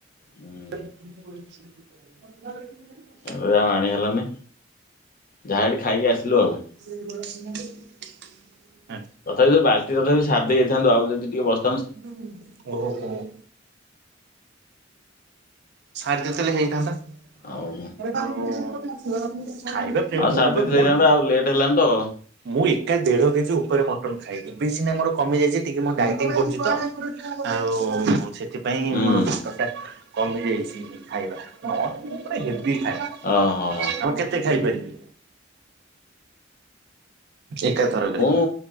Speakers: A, on the left; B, on the right.
A: ହୁଁ
B: <inaudible>
A: ଏବେ ତ ଆଉ ଆଣି ହେଲାନି ଯାହା ହେଠି ଖାଇକି ଆସିଲୁ ଆଉ।
B: ନ୍ତି <unintelligible>
A: ତଥାପି ତ ବାଲ୍ଟିତଥାପି ସାରି ଦେଇଯାଇଥାନ୍ତୁ ଆଉ ଯଦି ଟିକେ ବସ୍
B: ହ ଓହୋ ହୋ ଛାଡି ଦେଇଥିଲେ ହେଇଥାନ୍ତା।
A: ଆଉ।
B: ଆଉ ଖାଇବା ପିଇବା
A: ଆଉ
B: ମୁଁ
A: ସାରି
B: ବା
A: ଦେଇଥିଲେ
B: ମୁଁ
A: ହେଇଥାନ୍ତା ଆଉ ଲେଟ୍ ହେଲାନି ତ।
B: ମୁଁ ଏକା ଦେଢ କେଜି ଉପରେ ମଟନ ଖାଏ ଦିଏ ଏବେ ସିନା ମୋର କମି ଯାଇଛି ଟିକେ ମୁ ଡାଇଟିଂ କରୁଛି ତ। ଆଉ ସେ ସେଥିପାଇଁ
A: ହୁଁ
B: ମୋର ମଟନ ଟା କମି ଯାଇଛି ଖାଇବା ନହେଲେ ମୁ ପୁରା ହେବି ଖାଏ।
A: ଓ ହୋ <inaudible>
B: ଆଉ କେତେ ଖାଇପାରିବେ? ଏକାଥରକରେ
A: ମୁଁ